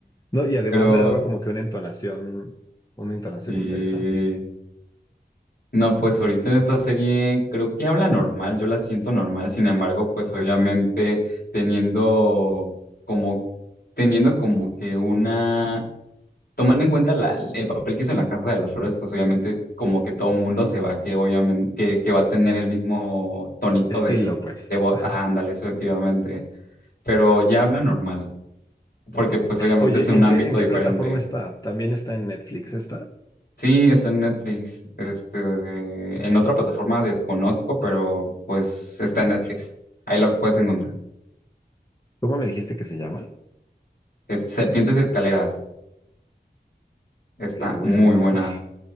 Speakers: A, on the left; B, on the left.
A: No, y además
B: Pero
A: le daba como que una entonación, una entonación
B: sí,
A: interesante.
B: no, pues ahorita en esta serie creo que habla normal, yo la siento normal, sin embargo, pues obviamente teniendo como, teniendo como que una tomando en cuenta la- el papel que hizo en la Casa de las Flores, pues obviamente como que todo el mundo se va, que obviamente que, que va a tener el mismo tonito
A: Estilo,
B: de,
A: pues.
B: de voz.
A: Ajá.
B: Ah, ándale, eso efectivamente. Pero ya habla normal, porque pues obviamente
A: Oye,
B: es un
A: ¿y en
B: ámbito
A: qué, en qué
B: diferente.
A: plataforma está? ¿También está en Netflix esta?
B: Sí, está en Netflix. Este, en otra plataforma desconozco, pero pues está en Netflix. Ahí lo puedes encontrar.
A: ¿Cómo me dijiste que se llama?
B: Es Serpientes y Escaleras. Está
A: Que la voy
B: muy
A: a anotar.
B: buena.